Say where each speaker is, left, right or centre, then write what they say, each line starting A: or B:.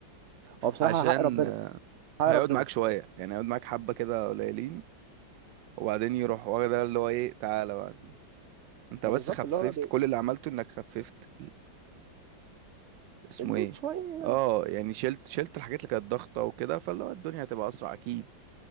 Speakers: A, on the right; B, on the right.
A: هو بصراحه
B: عشان
A: حق ربنا
B: آه،
A: حق ربنا
B: هيقعد معاك شوية يعني هيقعد معاك حبة كده قليلين وبعدين يروح واخد اللي هو ايه تعالى بقى انت
A: ما
B: بس
A: بالظبط
B: خففت
A: اللي هو بقى بي-
B: كل اللي عملته انك خففت اسمه
A: اللود
B: ايه
A: شويه
B: اه يعني شلت شلت الحاجات اللي كانت ضغطة وكده فاللي هو الدنيا هتبقى اسرع اكيد